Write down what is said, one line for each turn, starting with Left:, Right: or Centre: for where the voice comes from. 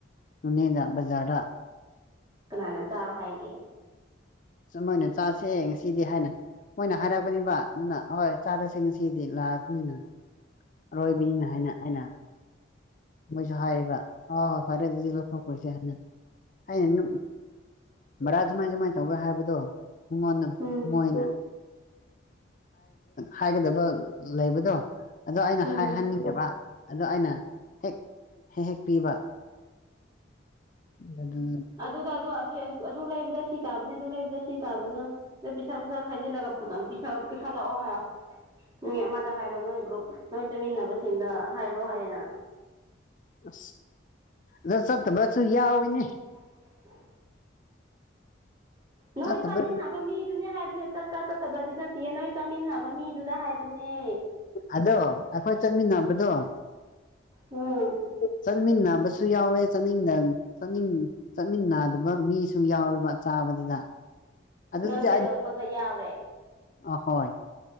Left: ꯁꯅꯦꯗ ꯕꯖꯥꯔꯥ
Right: ꯀꯅꯥꯅ ꯆꯥꯎ ꯍꯥꯏꯒꯦ
Left: ꯁ ꯃꯣꯏꯅ ꯆꯥꯁꯦ ꯉꯁꯤꯗꯤ ꯍꯥꯏꯅ ꯃꯣꯏꯅ ꯍꯥꯏꯔꯛꯄꯅꯤꯕ ꯑꯗꯨꯅ ꯍꯍꯣꯏ ꯆꯥꯔꯁꯤ ꯉꯁꯤꯗꯤ ꯂꯥꯛꯑꯕꯅꯤꯅ ꯔꯣꯏꯕꯃ ꯍꯥꯏꯦꯅ ꯍꯦꯟꯅ ꯃꯣꯏꯁꯨ ꯍꯥꯏꯌꯦꯕ ꯑ ꯍꯣꯏ ꯐꯔꯦ ꯑꯗꯨꯗꯤ ꯂꯧꯊꯣꯛꯄꯁꯦꯅ ꯑꯩꯅ ꯑꯗꯨꯝ ꯕꯔꯥ ꯖꯃꯥꯏ ꯁꯖꯃꯥꯏꯅ ꯇꯧꯒꯦ ꯍꯥꯏꯕꯗꯣ ꯃꯉꯣꯟꯗ
Right: ꯎꯝ
Left: ꯃꯣꯏꯅ ꯍꯥꯏꯒꯗꯕ ꯂꯩꯕꯗꯣ ꯑꯣ ꯑꯩꯅ
Right: ꯎꯝ
Left: ꯍꯥꯏꯍꯟꯅꯤꯡꯗꯕ ꯑꯗ ꯑꯩꯅ ꯍꯦꯛ ꯍꯦꯛ ꯍꯦꯛ ꯄꯤꯕ ꯑꯗꯨ
Right: ꯑꯗꯨꯗ ꯑꯗꯨ ꯑꯗꯨ ꯂꯩꯕꯗ ꯁꯤ ꯇꯥꯕꯅꯤ ꯑꯗꯨ ꯂꯩꯕꯗ ꯁꯤ ꯇꯥꯕꯅ ꯑꯗꯨ ꯄꯩꯁꯥ ꯄꯩꯁꯥ ꯈꯥꯏꯖꯤꯜꯂꯒ ꯄꯨ ꯄꯤꯁꯥ ꯄꯤ ꯈꯥ ꯂꯑꯣ ꯍꯥꯏ ꯃꯤ ꯑꯃꯗ ꯍꯥꯏꯔꯣ ꯅꯣꯏ ꯒ꯭ꯔꯨꯞ ꯅꯣꯏ ꯆꯠꯃꯤꯟꯅꯕꯁꯤꯡꯗ ꯍꯥꯏꯔꯣ ꯍꯥꯏꯌꯦꯅ
Left: ꯑ ꯑꯗꯣ ꯁꯠ ꯁ ꯌꯥ ꯑꯣꯏꯣꯏ ꯅ
Right: ꯎꯝ ꯅꯣꯏ
Left: ꯆꯠꯇꯕ
Right: ꯆꯥꯃꯤꯟꯅꯕ ꯃꯤꯗꯨꯅꯦ ꯍꯥꯏꯕꯅꯦ ꯆꯠꯇꯄ꯭ꯔꯥ ꯆꯠꯇꯕ꯭ꯔꯗꯤ ꯅꯠꯇꯦꯌꯦ ꯅꯣꯏ ꯇꯃꯤꯟꯅꯕ ꯃꯤꯗꯨꯗ ꯍꯥꯏꯕꯅꯦ
Left: ꯑꯗꯣ ꯑꯩꯈꯣꯏ ꯆꯠꯃꯤꯟꯅꯕꯗꯣ
Right: ꯎꯝ
Left: ꯆꯠꯃꯤꯟꯅꯕ ꯁꯨ ꯌꯥꯎꯋꯦ ꯆꯠꯅꯤꯡꯗ ꯆꯠꯅꯤꯡ ꯆꯠꯃꯤꯟꯅꯗꯕ ꯃꯤꯁꯨ ꯌꯥꯎꯋꯦꯕ ꯆꯥꯕꯗꯨꯗ ꯑꯗꯨꯗꯤ
Right: ꯅꯪꯗꯤ ꯂꯣꯏꯅꯃꯛꯇ ꯌꯥꯎꯔꯦ
Left: ꯑꯍꯣꯏ